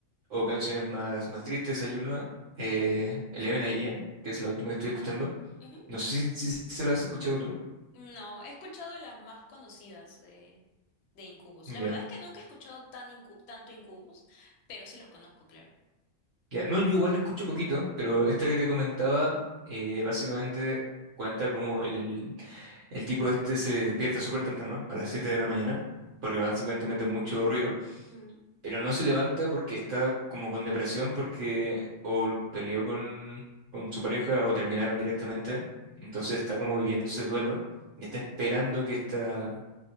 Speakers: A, on the right (about 70°); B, on the left (about 60°).
A: o canciones más, más tristes, hay una, eh, 11 AM, que es la última que estoy escuchando.
B: Ujú.
A: No sé si, si se la has escuchado tú.
B: No, he escuchado las más conocidas de, de Incubus.
A: Ya,
B: La verdad es que nunca he escuchado tan incu- tanto Incubus, pero sí los conozco, claro.
A: ya. No, yo igual lo escucho poquito, pero esta que te comentaba eh, básicamente cuenta como el, El tipo este se despierta súper temprano, a las 7 de la mañana, porque básicamente mucho ruido,
B: Mm,
A: pero no se levanta porque está como con depresión, porque o peleó con, con su pareja o terminaron directamente. Entonces está como viviendo ese duelo y está esperando que, esta,